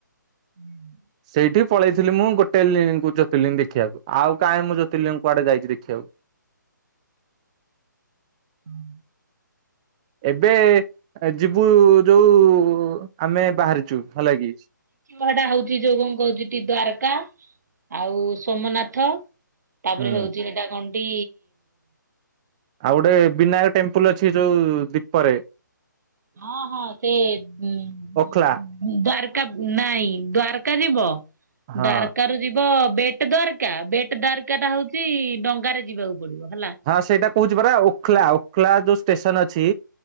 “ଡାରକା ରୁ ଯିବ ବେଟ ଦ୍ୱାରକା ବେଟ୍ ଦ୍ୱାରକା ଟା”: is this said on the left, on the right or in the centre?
Right